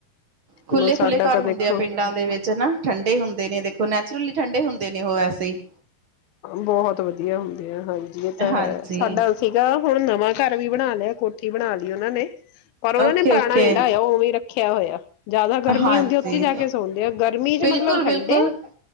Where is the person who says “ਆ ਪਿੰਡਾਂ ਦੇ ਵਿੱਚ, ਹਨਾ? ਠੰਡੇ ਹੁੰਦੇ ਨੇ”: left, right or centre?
Right